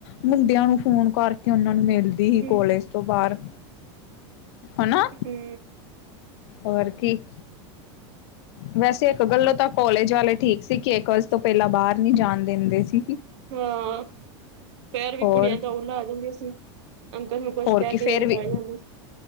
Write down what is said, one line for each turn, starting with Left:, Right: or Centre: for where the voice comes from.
Left: ਮੁੰਡਿਆਂ ਨੂੰ ਫੋਨ ਕਰਕੇ ਉਹਨਾਂ ਨੂੰ ਮਿਲਦੀ ਹੀ
Right: ਹੂੰ
Left: ਕੋਲੇਜ ਤੋਂ ਬਾਹਰ ਹਨਾ
Right: ਹੂੰ,
Left: ਹੋਰ ਕੀ? ਵੈਸੇ ਇੱਕ ਗੱਲੋਂ ਤਾਂ ਕੋਲੇਜ ਵਾਲੇ ਠੀਕ ਸੀ, ਕਿ ਇੱਕ ਵਜੇ ਤੋਂ ਪਹਿਲਾਂ ਬਾਹਰ ਨਹੀ ਜਾਣ ਦਿੰਦੇ ਸੀ।
Right: ਹਾਂ, ਫੇਰ ਵੀ
Left: ਹੋਰ
Right: ਕੁੜੀਆਂ ਦਊ ਲਾ ਜਾਂਦੀਆਂ ਸੀ। ਅੰਕਲ ਨੂੰ ਕੁਛ
Left: ਹੋਰ
Right: ਕਹਿ
Left: ਕੀ, ਫੇਰ
Right: ਕੇ
Left: ਵੀ
Right: ਚਲੇ ਜਾਂਦੇ।